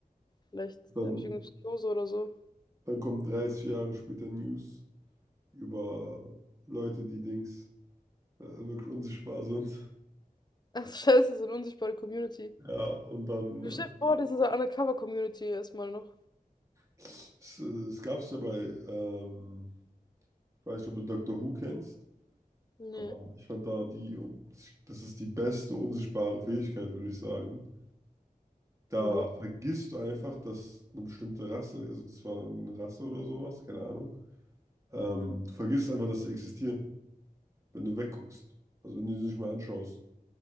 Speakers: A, on the left; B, on the right.
A: vielleicht
B: Dann,
A: habe ich irgendeine Psychose oder so.
B: dann kommen 30 Jahre später News über Leute, die Dings äh, wirklich unsichtbar sind.
A: <laughs> Ach, scheiße, so eine unsichtbare Community.
B: Ja, und dann
A: Du
B: äh,
A: stell dir vor, das ist eine Undercover-Community erstmal noch.
B: es, äh, es gab es ja bei, ähm, ich weiß nicht, ob du Doctor Who kennst,
A: Nee.
B: aber ich fand da die, das ist die beste unsichtbare Fähigkeit, würde ich sagen. Da
A: Warum?
B: vergisst du einfach, dass eine bestimmte Rasse, also das war eine Rasse oder sowas, keine Ahnung. Ähm, du vergisst einfach, dass sie existieren, wenn du wegguckst. Also wenn du sie nicht mehr anschaust.